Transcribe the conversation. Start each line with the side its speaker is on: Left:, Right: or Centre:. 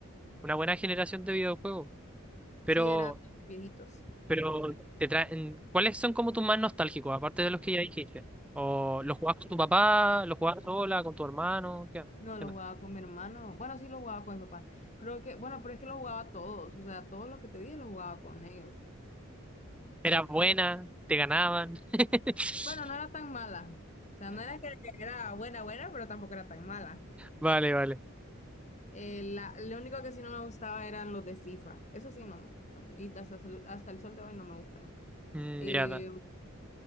Centre: una buena generación de videojuegos. Pero,
Left: Sí, eran viejitos.
Centre: pero te traen, ¿cuáles son como tus más nostálgicos, aparte de los que ya dijiste? ¿O los jugabas con tu papá, los jugabas sola, con tu hermano? ¿Qué,
Left: No,
Centre: qué
Left: los
Centre: onda?
Left: jugaba con mi hermano. Bueno, sí, los jugaba con mi papá. Creo que, bueno, pero es que los jugaba todos. O sea, todos los que te dije los jugaba con ellos.
Centre: ¿Eras buena? ¿Te ganaban? <laughs>
Left: Bueno, no era tan mala. O sea, no era que era buena, buena, pero tampoco era tan mala.
Centre: Vale, vale.
Left: Eh, la, lo único que sí no me gustaba eran los de Sifa. Eso sí no me gustan. Y hasta, el- hasta el sol de hoy no me gustan.
Centre: Mm,
Left: Eh,
Centre: Ya está.